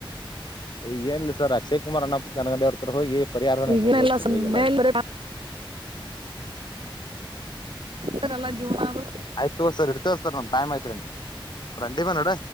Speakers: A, on the left; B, on the right.
A: ಈಗ ಏನ್ ಲ್ಲ ಸರ್ ಅಕ್ಷಯ್ ಕುಮಾರ್ ಅಣ್ಣಪ್ಪ ನನಗಡೆ ಹೊರ್ತರ್ ಹೋಗಿ ಪರಿಹಾರ ನೆಸ್ಕೊಂಡ್
B: ಈಗೇನೆಲ್ಲ
A: ಹು ಸರ್ ಹೋಗಿ ಎಲ್ಲ
B: ಮೇಲೆ
A: ಈಗ
B: ತರೆ ಎಲ್ಲಾ ಜೀವನ ಅದು
A: ಆಯ್ತ ತೋ್ ಸರ್ ಇರ್ತ ತೋ್ ಸರ್ ನಮ ಮ್ ಆಯಐತ್ರಿ ರಂಡಿ ಬ ನೋಡ